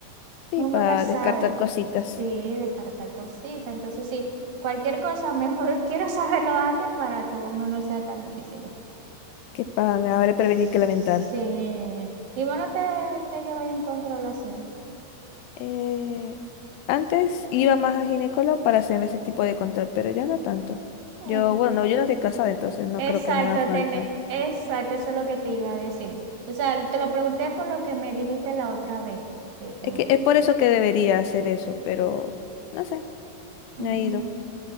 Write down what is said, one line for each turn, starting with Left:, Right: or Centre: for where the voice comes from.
Left: Sí,
Right: Uno
Left: para
Right: nunca sabe.
Left: descartar cositas,
Right: Sí, descartar cositas. Entonces, sí, cualquier cosa, mejor <laughs> quiero saberlo antes para que uno no sea tan difícil
Left: que para me habré
Right: Sí.
Left: prevenir que lamentar.
Right: Y bueno, te, te lleváis en control así.
Left: Eh, antes iba más a ginecólogo para hacerme ese tipo de control, pero ya no tanto.
Right: Eh,
Left: Yo, bueno, yo no estoy casada, entonces no
Right: Exacto,
Left: creo que me haga falta.
Right: tené- exacto, eso es lo que te iba a decir. O sea, te lo pregunté por lo que me dijiste la otra vez, que tú.
Left: Es que es por eso que debería hacer eso, pero no sé, no
Right: Mm,
Left: he ido.